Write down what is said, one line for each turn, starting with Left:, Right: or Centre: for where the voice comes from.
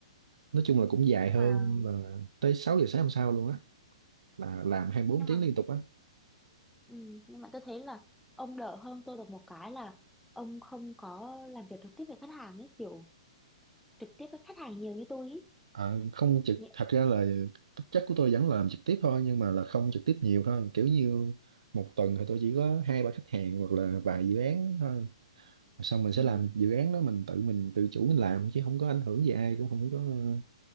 Right: nói chung là cũng dài
Centre: nhưng
Right: hơn
Centre: mà
Right: là tới 6 giờ sáng hôm sau luôn á là làm 24
Centre: nhưng
Right: tiếng
Centre: mà
Right: liên tục á
Centre: ừ, nhưng mà tôi thấy là ông đỡ hơn tôi được một cái là ông không có làm việc trực tiếp với khách hàng ấy kiểu trực tiếp với khách hàng nhiều như tôi ấy
Right: À, không trực
Centre: Nhị-
Right: thật ra là thực chất của tôi vẫn làm trực tiếp thôi nhưng mà là không trực tiếp nhiều thôi kiểu như một tuần thì tôi chỉ có hai ba khách hàng hoặc là vài dự án thôi xong mình sẽ
Centre: ừ,
Right: làm dự án đó mình tự mình tự chủ mình làm chứ không có ảnh hưởng gì ai cũng không có ờ,